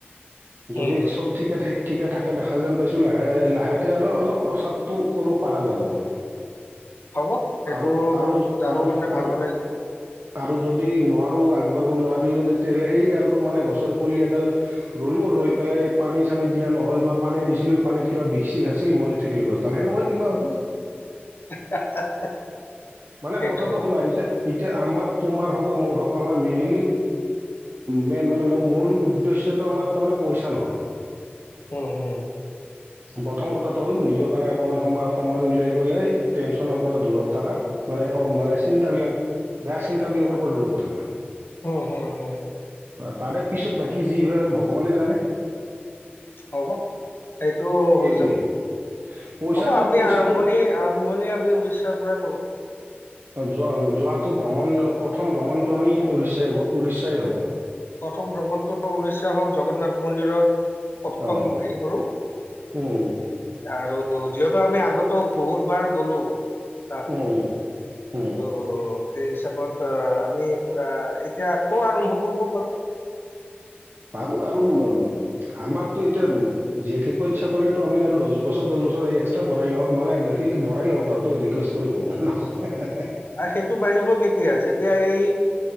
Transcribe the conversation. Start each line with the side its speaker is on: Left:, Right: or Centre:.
Right: যদি
Left: উম
Right: চব ঠিকে থাকে ঠিকে থাকে দেখা যেন পাইছোঁ লাহে লাহেকে অলপ অলপ প্ৰচাৰটো কৰিব পৰা যাব আৰু।
Left: হ'ব সেইটো
Right: আৰু আৰু
Left: যাব
Right: আৰু
Left: পাৰে ভালো
Right: আৰু
Left: লাগিব।
Right: আৰু যদি নোৱাৰো আগবাঢ়িব নোৱাৰ দিলো তেতিয়াহলে সেই আৰু মানে গছৰ পুলি এডাল ৰ'লো ৰৈ পেলাই পানী চানী দিয়া নহ'ল বা পানী দিছিলো পানীত কিবা বিষ আছিল মৰি থাকিল গছডাল সেনেকুৱা কিবা হ'ব।
Left: <inaudible>
Right: মানে
Left: সেইটোৱে
Right: কথাটো শুনা এতিয়া এতিয়া আমাৰ তোমাৰ হওঁক বা মোৰ হওঁক আমাৰ মেইনলি ম মানে মূল উদ্দেশ্যটো আমাৰ তাৰমানে পইচা নহয়
Left: উম হম।
Right: প্ৰথম কথাটো হ'ল নিজৰ কাৰণে অকমান সময় সময় উলাই পেলাই টেনশ্যনৰ পৰা দূৰত থকা। মানে মানে চিন্তাাবিলাক বেয়া চিন্তাবিলাকৰ ওপৰত দূৰত থকা।
Left: হ হ হ।
Right: তাৰে পিছত বাকী যি হয় আৰু ভগৱানে জানে।
Left: হ'ব সেইটো
Right: সেইটোৱে
Left: হৈ যাব।
Right: পইচাটো
Left: হ'ব আমি
Right: পইচাটো
Left: আৰম্ভণি-আৰম্ভণি আমি উৰিষ্যাৰ পৰাই কৰো।
Right: যোৱা যোৱাটো ভ্ৰমণ প্ৰথম ভ্ৰমণটো আমি ওড়িশা ওড়িশায়ে হব।
Left: প্ৰথম ভ্ৰমণটো ওড়িশা হওক জগন্নাথ মন্দিৰত প্ৰথম
Right: অঁ
Left: হেৰি কৰো।
Right: উম
Left: আৰু যিহেতু আমি আগতেো বহুত বাৰ গ'লো। তাত
Right: উম। উম
Left: <unintelligible> সেই হিচাপত আমি আ, এতিয়া আকৌ আৰম্ভ কৰিব পাৰো।
Right: বাৰ আৰু উ আমাৰতো এতিয়া জীয়াই থাকিব ইচ্ছা কলেতো আমি আৰু দহ বছৰ দহ বছ <unintelligible> আহি এক্সট্ৰা বৰহায় লগ মানে বিশেষ বৰহায় লব পাৰো তো ৰিকোয়েস্ট কৰিব
Left: আৰু সেইটো বাঢ়িব কেতিয়া যেতিয়া এই